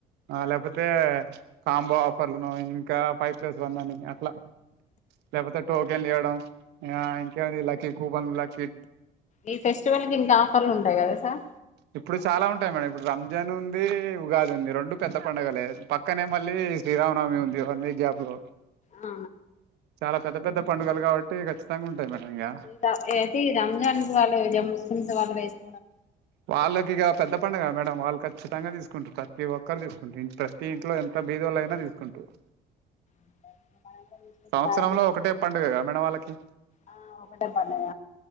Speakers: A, on the right; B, on the left.
A: ఆ లేకపోతే కాంబో ఆఫర్లను ఇంకా ఫైవ్ ప్లస్ వన్ అని అట్లా లేకపోతే టోకెన్ ఇయ్యడం ఆ ఇంకేంది లక్కీ కూపన్ లకు
B: ఈ ఫెస్టివల్ కి ఇంత ఆఫర్లు ఉంటాయి కదా సార్
A: ఇప్పుడు చాలా ఉంటాయి మేడం ఇప్పుడు రంజాన్ ఉంది ఉగాది ఉంది రెండు పెద్ద పండుగలే పక్కనే మళ్ళీ శ్రీ రా రామనవమి ఉంది వన్ వీక్ గ్యాబ్ లో
B: ఆ
A: చాలా పెద్ద పెద్ద పండుగలు కాబట్టి ఖచ్చితంగా ఉంటాయి మేడం ఇక
B: ఉంటా ఏది రంజాన్ వాళ్ళు ఇదే ముస్లిమ్స్ వాళ్ళు వేసు
A: వాళ్ళకి ఇక పెద్ద పండుగ కదా మేడం వాళ్ళు ఖచ్చితంగా తీసుకుంటారు ప్రతి ఒక్కరు తీసుకుంటారు ప్రతి ఇంట్లో ఎంత బీదోల్లైన తీసుకుంటూరు
B: మనం కూడా చూసినప్పుడు
A: సంవత్సరంలో
B: బాగా మంచి
A: ఒకటే
B: మంచి
A: పండుగ గా మేడం వాళ్ళకి
B: ఆ ఒకటే పండుగ